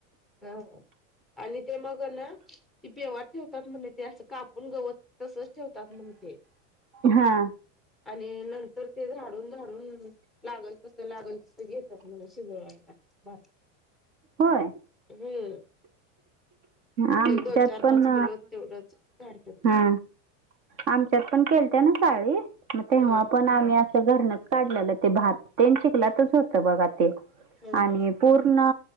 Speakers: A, in the centre; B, on the right.
A: अ आणि ते मग ना. ती पेव ठेवतात म्हण ते अस कापून गवत तसच ठेवतात मण ते.
B: हा
A: आणि नंतर ते झाडून झाडून लागल तसं लागल तसं घेतात म्हन. चिगळ हाय का बाद.
B: होय.
A: हम्म.
B: आमच्यात
A: एक दोन चार
B: पण
A: पाच किलो तेवढंच झाडतात
B: हा. आमच्यात पण केलत ना साळी म तेव्हा
A: हा
B: पण आमी असं. तर घरणच काडल्याल ते भात तेन चिकलातच बघा ते
A: हा
B: आणि
A: हा
B: पूर्ण. ना